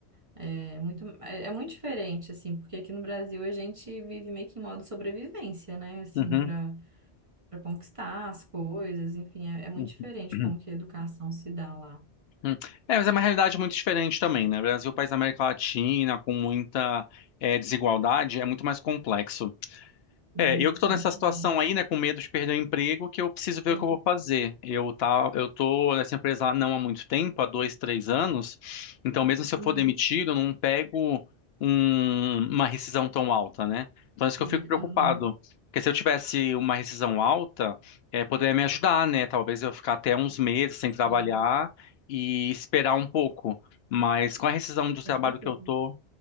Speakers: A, on the right; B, on the left.
A: É muito, é, é muito diferente assim, porque aqui no Brasil a gente vive meio que em modo sobrevivência, né? Assim,
B: uhum,
A: para para conquistar as coisas, enfim, é, é muito
B: uhum,
A: diferente
B: uhum.
A: como que a educação se dá lá.
B: uhum. É, mas é uma realidade muito diferente também, né? Brasil, país da América Latina, com muita eh, desigualdade, é muito mais complexo.
A: Muito,
B: É, eu que tô nessa
A: muito
B: situação
A: mais.
B: aí, né, com medo de perder o emprego, que eu preciso ver
A: Sim.
B: o que eu vou fazer. Eu tá, eu tô nessa empresa não há muito tempo, há dois, três anos, então mesmo se eu
A: Uhum.
B: for demitido, eu não pego um- uma rescisão tão alta, né? Então é isso que
A: Uhum.
B: eu fico preocupado, porque se eu tivesse uma rescisão alta, é, poderia me ajudar, né? Talvez eu ficar até uns meses sem trabalhar
A: Sim.
B: e esperar um pouco, mas com a rescisão do trabalho
A: Com certeza.
B: que eu tô,